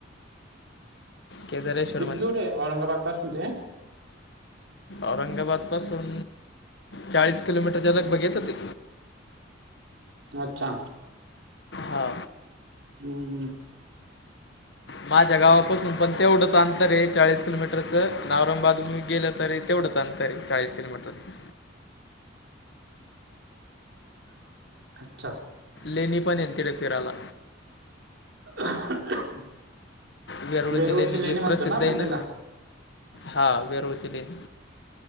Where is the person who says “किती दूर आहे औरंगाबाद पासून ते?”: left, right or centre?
Right